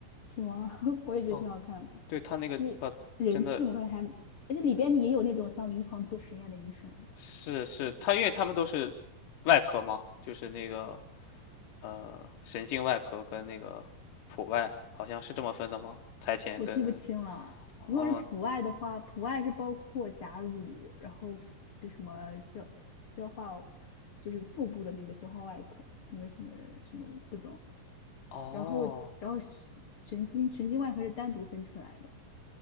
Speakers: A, on the left; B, on the left.
A: 是吗？<laughs> 我也觉得挺好看的，
B: 哦，对，他那个把真的
A: 就是人性，我感觉还，而且里边也有那种像临床做实验的医生，
B: 是是他，因为他们都是外科嘛，就是那个呃神经外科跟那个普外，好像是这么分的吗？财前跟
A: 我记不清了。
B: 嗯
A: 如果是普外的话，普外是包括甲乳，然后腹就什么消消化，就是腹部的那个消化外科，什么什么什么各种。
B: 哦
A: 然后然后神神经神经外科是单独分出来的。